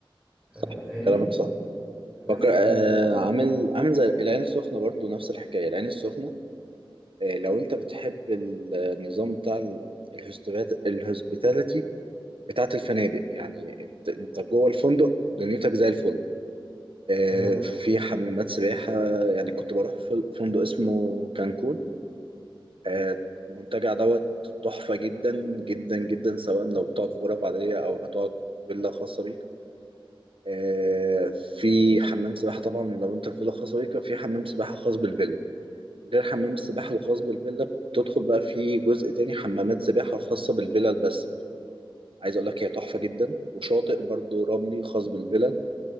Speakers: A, on the right; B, in the centre.
A: صح
B: آه، فاهمني
A: كلامك صح
B: بس
A: فكر آه
B: وكل
A: عامل عامل زي العين السخنة برضو نفس الحكاية العين السخنة آه لو انت بتحب النظام بتاع ال- الهوستبات- الهوسبيتاليتي بتاعت الفنادق يعني انت انت جوه الفندق دنيتك زي الفندق آه،
B: تمام
A: في حمامات سباحة يعني كنت بروح في فندق اسمه كانكون آه، المنتجع دوت تحفة جدا جدا جدا سواء لو بتقعد في غرف عادية أو هتقعد في فيلا خاصة بيك آه، في حمام سباحة طبعا لو انت في فيلا خاصة بيك في حمام سباحة خاص بالفيلا غير حمام السباحة الخاص بالفيلا بتدخل بقى في جزء تاني حمامات سباحة خاصة بالفيلا بس عايز اقول لك هي تحفة جدا وشاطئ برضو رملي خاص بالفيلا